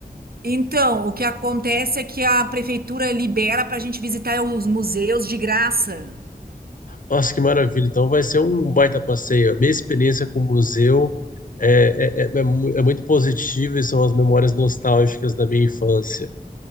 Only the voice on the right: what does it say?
então, o que acontece é que a prefeitura libera para a gente visitar os museus de graça.